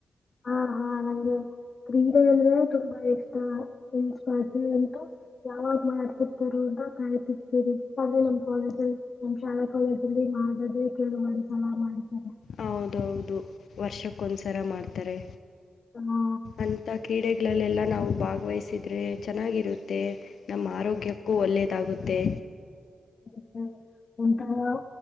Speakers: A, on the left (about 40°); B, on the left (about 70°).
A: ಹಾ ಹಾ ನಂಗೆ ಕ್ರೀಡೆ ಅಂದ್ರೇನೆ ತುಂಬಾ ಇಷ್ಟ <unintelligible> ಅಂತ ಯಾವಾಗ್ ಮಾಡ್ತಿರ್ತಾರೊ ಅಂತ ಕಾಯ್ತಿರ್ತೀರಿ ಅದ್ರೆ ನಮ್ ಕಾಲೇಜಲ್ಲಿ ನಮ್ ಶಾಲಾ ಕಾಲೇಜಲ್ಲಿ ಮಾಡ <unintelligible> ಕೇಳಿ ಒಂದ್ ಸಲ ಮಾಡ್ತಾರೆ.
B: ಹೌದೌದು ವರ್ಷಕ್ಕೊಂದ್ಸರ ಮಾಡ್ತಾರೆ.
A: ಹಾ
B: ಅಂತ ಕ್ರೀಡೆ ಗಳಲ್ಲೆಲ್ಲ ನಾವು ಭಾಗವಹಿಸಿದ್ರೆ ಚೆನ್ನಾಗಿರು ತ್ತೆ ನಮ್ ಆರೋಗ್ಯಕ್ಕೂ ಒಳ್ಳೆಯದಾಗುತ್ತೆ.
A: ಹ ಉಂಟವ್